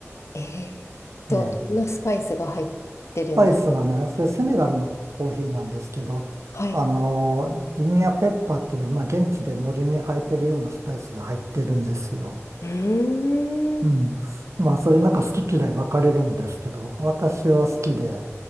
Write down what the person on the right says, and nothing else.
ええ
パイスがね、それセネガルのコーヒーなんですけど、
あの、ギニアペッパーっていう、まあ、現地で森に生えてるようなスパイスが入ってるんですよ。
うん。まあ、それなんか好き嫌い分かれるんですけど、私は好きで、